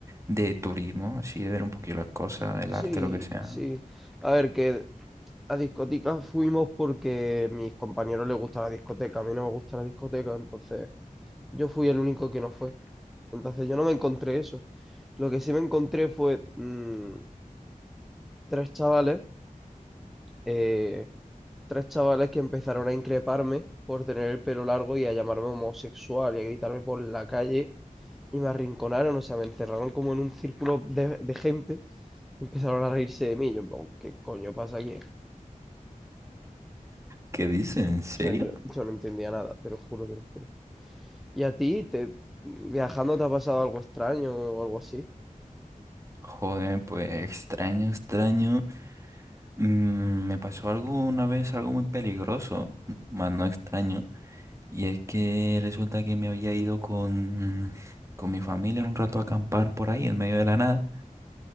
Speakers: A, on the right (about 20°); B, in the centre.
A: de turismo, así de ver un poquito las cosas, el
B: Sí,
A: arte, lo que sea.
B: sí. A ver, que a discotecas fuimos porque a mis compañeros les gusta la discoteca, a mí no me gusta la discoteca, entonces yo fui el único que no fue. Entonces yo no me encontré eso. Lo que sí me encontré fue mm, tres chavales. eh, tres chavales que empezaron a increparme por tener el pelo largo y a llamarme homosexual y a gritarme por la calle y me arrinconaron, o sea, me encerraron como en un círculo de, de gente y empezaron a reírse de mí. Yo, en plan, ¿qué coño pasa aquí?
A: ¿Qué dices? ¿En serio?
B: O sea, yo, yo no entendía nada, te lo juro, te lo juro. ¿Y a ti, te, viajando, te ha pasado algo extraño o algo así?
A: Joder, pues extraño, extraño. Mm, me pasó algo una vez, algo muy peligroso, más no extraño, y es que resulta que me había ido con, con mi familia un rato a acampar por ahí en medio de la nada.